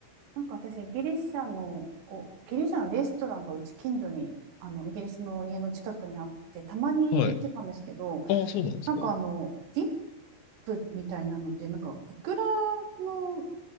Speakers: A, on the right (about 60°); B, on the left (about 70°).
A: なんか私、ギリシャの、こう、ギリシャのレストランがうち近所に、あの、イギリスの家の近くにあって、たまに行ってたんですけど、
B: はい。ああ、そうなんですか。
A: なんかあの、ディップみたいなので、なんか、いくらの、